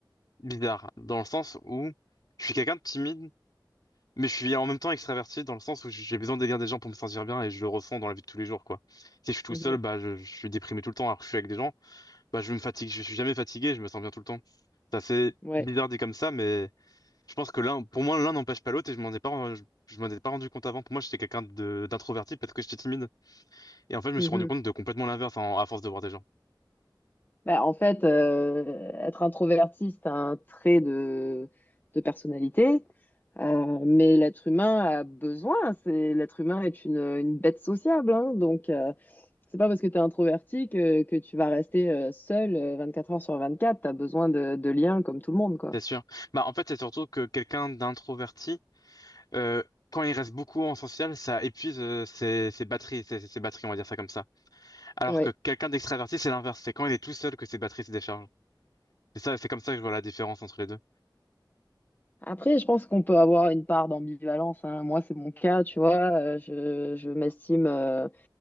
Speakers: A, on the left; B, on the left.
A: bizarre, dans le sens où je suis quelqu'un de timide, mais je suis en même temps extraverti, dans le sens où j'ai besoin d'élire des gens pour me sentir bien et je le ressens dans la vie de tous les jours, quoi. Si je suis tout
B: Mhm.
A: seul, bah, je, je suis déprimé tout le temps, alors que je suis avec des gens, bah, je me fatigue, je suis jamais fatigué, je me sens bien tout le temps. C'est assez
B: Ouais.
A: bizarre dit comme ça, mais je pense que l'un, pour moi, l'un n'empêche pas l'autre et je m'en ai pas, je, je m'en ai pas rendu compte avant. Pour moi, j'étais quelqu'un de, d'introverti, parce être que j'étais timide. Et en fait, je me
B: Mhm.
A: suis rendu compte de complètement l'inverse en- à force de voir des gens.
B: Bah, en fait, euh, être introverti, c'est un trait de, de personnalité, Euh, mais l'être humain a besoin. C'est, l'être humain est une, une bête sociable, hein. donc euh, c'est pas parce que tu es introverti que, que tu vas rester euh, seul euh, 24 heures sur 24. Tu as besoin de, de liens comme tout le monde, quoi.
A: C'est sûr. Bah, en fait, c'est surtout que quelqu'un d'introverti, euh, quand il reste beaucoup en social, ça épuise euh, ses, ses batteries, ses, ses batteries, on va dire ça comme ça. Alors
B: Oui.
A: que quelqu'un d'extraverti, c'est l'inverse. C'est quand il est tout seul que ses batteries se déchargent. C'est ça, c'est comme ça que je vois la différence entre les deux.
B: Après, je pense qu'on peut avoir une part d'ambivalence, hein. Moi, c'est mon cas, tu vois. euh, je je m'estime euh,